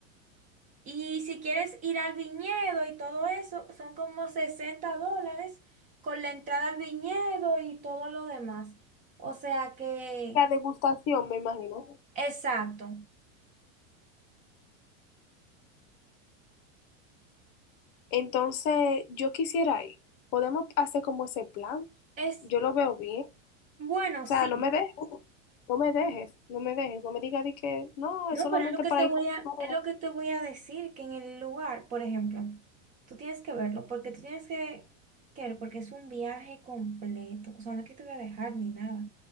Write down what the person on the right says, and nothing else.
Y si quieres ir al viñedo y todo eso, son como 60 dólares con la entrada al viñedo y todo lo demás. O sea que,
exacto.
Es
bueno,
sí.
No,
pero es lo que
te voy
a,
es lo que te voy a decir, que en el lugar, por ejemplo, tú tienes que verlo, porque tú tienes que, que ver, porque es un viaje completo. O sea, no es que te voy a dejar ni nada.